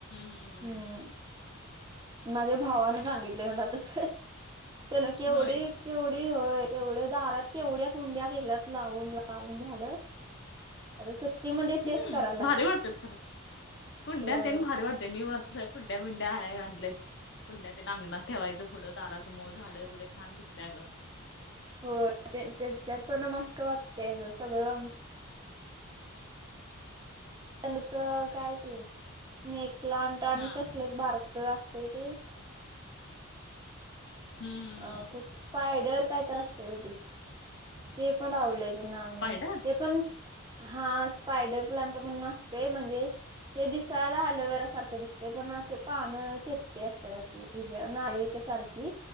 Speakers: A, on the left (about 55°); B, on the right (about 20°).
A: हम्म हम्म
B: हम्म माझ्या भावानं सांगितले मला तसं आहे त्यांन केवढी
A: होय.
B: केवढी होय केवढ्या दारात केवढ्या कुंड्या केेल्यात लावून लावून झाडं आता सुट्टीमध्ये तेच
A: हम्म
B: करायलाय
A: भारी वाटतात खरं कुंड्या
B: होय
A: तेन भारी वाटतय मी म्हणत सगळं कुंड्या बिंड्या आहे आणल्या कुंड्या ते आगणात ठेवायचं पुढं दारासमोर झाडं बिडे छान दिसतेय गं
B: हो त्यांच्याच्यात पण मस्त वाटते सगळं त्यांच काय ते स्नेक प्लांट आणि
A: हा
B: तसलेच बारक असते ते
A: हम्म
B: अ कुठ स्पायडर काय तर असते बघ ते पण लावलंय त्यांना
A: स्पायडर
B: ते पण हा स्पायडर प्लांट पण न असते म्हणजे ते दिसायला अलुवेरा सारखं दिसते पण असे पान चेपटी असते तशी ह ज नारच्या सारखी